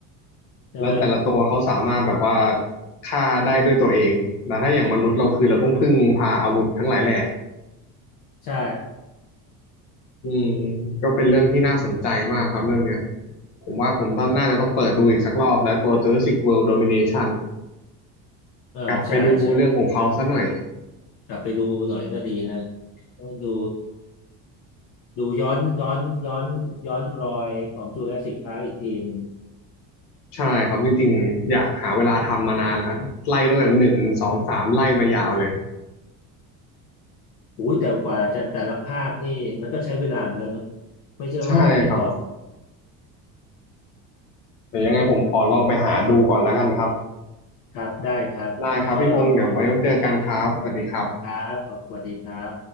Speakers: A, on the left; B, on the left.
A: ใช่ไหม
B: แล้วแต่ละตัวเขาสามารถแบบว่าฆ่าได้ด้วยตัวเองแต่ถ้าอย่างมนุษย์เราคือเราต้องพึ่งพาอาวุธทั้งหลายแหล่
A: ใช่
B: อืมก็เป็นเรื่องที่น่าสนใจมากครับเรื่องเนี้ยผมว่าผมต้องน่าจะต้องเปิดดูอีกสักรอบแล้วตัว
A: อืม
B: Jurassic World Domination
A: เออใช่ใช่
B: กลับไปดูเรื่องของเขาซะหน่อย
A: กลับไปดูหน่อยก็ดีนะดู ดูย้อนย้อนย้อนย้อนรอยของจูราสสิคพาร์คอีกทีหนึง
B: ใช่ครับจริงๆอยากหาเวลาทำมานานแล้วครับไล่ตั้งแต่หนึ่งสองสามไล่มายาวเลย
A: โอ้ยแต่กว่าจะแต่ละภาคนี่มันก็ใช้เวลาเหมือนกันเนาะไม่ใช่ว่าติดต่อ
B: ใช่ครับเดี๋ยวยังไงผมขอลองไปหาดูก่อนแล้วกันครับ
A: ครับได้ครับก็ลองไปดู
B: ได้ครับพี่พงษ์เดี๋ยวไว้เจอกันครับสวัสดีครับ
A: ครับขอบสวัสดีครับ